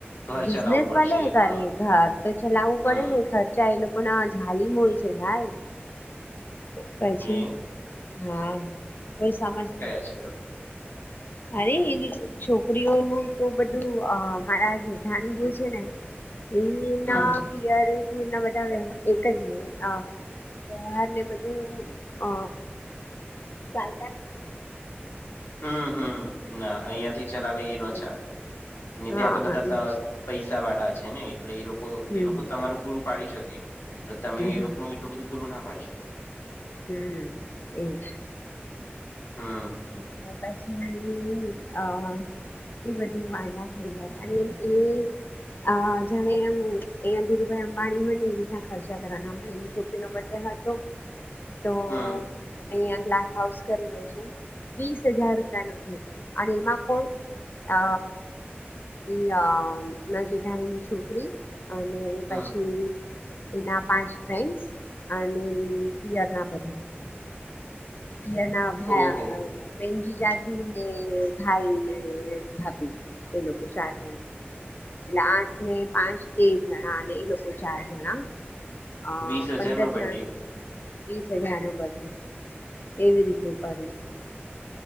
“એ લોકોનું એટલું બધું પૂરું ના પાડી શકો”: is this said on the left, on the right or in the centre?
Left